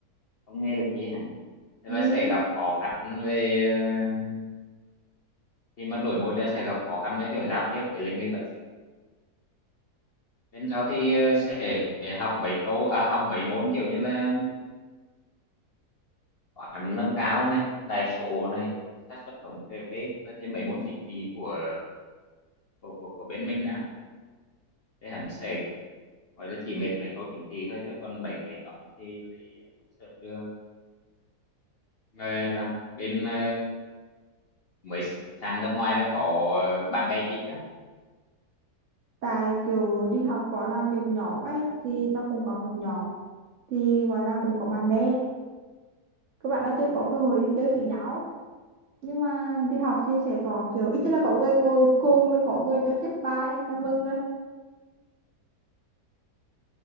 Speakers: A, on the left (about 50°); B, on the right (about 55°).
A: không nghe được chí hả? Thế
B: ừ
A: là sẽ gặp khó khăn về ờ, khi mà đổi môi trường sẽ gặp khó khăn với kiểu giao tiếp với lại người bản xứ. Bên sau thì ờ, sẽ học mấy câu à, học mấy môn kiểu như là toán nâng cao này, đại số này, xác suất thống kê, rồi thêm mấy môn chính trị của của của, của bên mình nữa. Thế hẳn sẽ gọi là chỉ mệt mấy câu chính trị thôi chứ còn mấy cái toán thì lại đúng sở trường Ờ, rằng bên ờ, mới sang nước ngoài đã có ờ, bạn bè chi chứ
B: tại kiểu đi học có làm việc nhóm ấy thì tao cũng có một nhóm thì gọi là cũng có bạn bè các bạn là chưa có cơ hội đi chơi
A: Ừ.
B: với nhau nhưng mà đi học thì sẽ có kiểu ít nhất là có người ngồi cùng rồi có người cho chép bài là mừng rồi